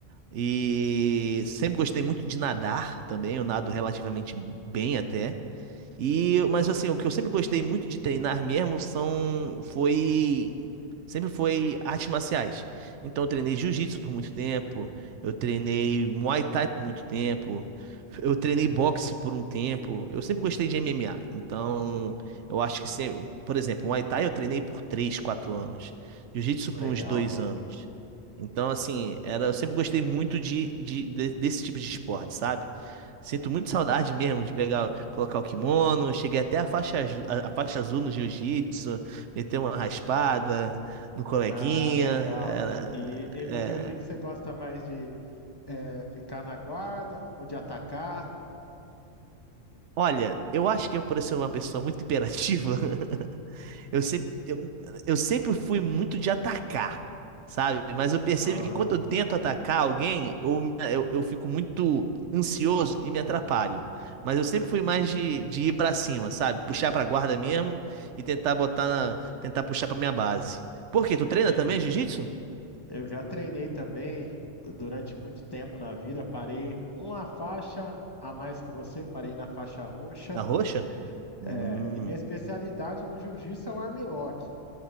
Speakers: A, on the right (about 70°); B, on the left (about 20°).
A: E sempre gostei muito de nadar também, eu nado relativamente bem até. E, mas assim, o que eu sempre gostei muito de treinar mesmo são, foi, sempre foi artes marciais. Então eu treinei jiu-jitsu por muito tempo, eu treinei Muay Thai por muito tempo, eu treinei boxe por um tempo. Eu sempre gostei de MMA. Então, eu acho que sempre, por exemplo, Muay Thai eu treinei por 3 4 anos, jiu-jitsu por
B: Legal.
A: uns 2 anos. Então, assim, era, eu sempre gostei muito de, de, de- desse tipo de esporte, sabe? Sinto muito saudade mesmo de pegar, colocar o kimono. Cheguei até a faixa, azu- a, a faixa azul no jiu-jitsu, meter uma raspada no coleguinha.
B: Ah, legal.
A: era-
B: E, e no jiu-jitsu
A: é.
B: você gosta mais de eh, ficar na guarda ou de atacar?
A: Olha, eu acho que eu, por ser uma pessoa muito imperativa, <laughs> Eu sempre, eu, eu sempre fui muito de atacar, sabe? Mas eu percebo
B: Aham.
A: que quando eu tento atacar alguém, eu, me- eu, eu fico muito ansioso e me atrapalho. Mas eu sempre fui mais de, de ir pra cima, sabe? Puxar pra guarda mesmo e tentar botar na, tentar puxar pra minha base. Por quê? Tu treina
B: Eu,
A: também jiu-jitsu?
B: eu já treinei também durante muito tempo na vida. Parei uma faixa a mais que você, parei na faixa roxa.
A: Na roxa? Hum.
B: É, e minha especialidade no jiu-jitsu é o armlock.